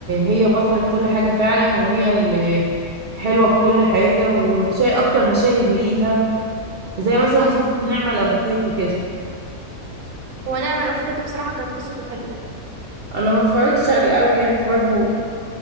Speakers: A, on the right; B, on the right.
A: هي بطلة كل حاجه فعلا وهي اللي حلوه في كل حاجه ومشاهد اكتر مشاهد ليها زي مثلا
B: ايوه
A: مسلسل
B: فعلا
A: نعمل افوكاتو كده
B: هو نعمل الافوكاتو بصراحه كانت قصته حلوه
A: انا ما اتفرجتش عليه قوي يعني برضو